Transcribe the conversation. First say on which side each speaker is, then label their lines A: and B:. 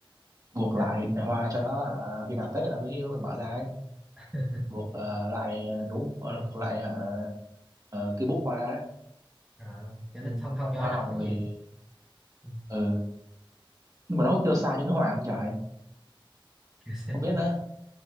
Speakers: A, on the right (about 40°); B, in the centre.
A: buộc
B: sao
A: lại hoa cho nó hả, khi nào Tết người ta mới mở ra ấy
B: <laughs>
A: buộc ờ, lại núm ờ,
B: ừ.
A: buộc lại hả ờ, cái búp hoa ấy.
B: Rồi. cho nó
A: Ừ.
B: không không
A: còn
B: cho
A: hoa
B: nó
A: hồng
B: nở gì
A: thì
B: ừ.
A: ừ. nhưng mà nó có kêu xa như nước hoàng không trời
B: <laughs> Kiểu sao?
A: không biết nữa